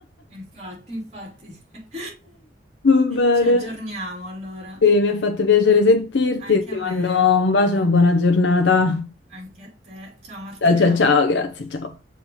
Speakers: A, on the right; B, on the left.
A: infatti, infatti, <laughs>
B: Va bene.
A: ci aggiorniamo allora.
B: Sì, mi ha fatto piacere sentirti
A: Anche
B: e ti
A: a
B: mando
A: me,
B: un bacio e una buona giornata.
A: anche a te. Ciao Martina.
B: Ciao, ciao, ciao, grazie,
A: Ciao.
B: ciao.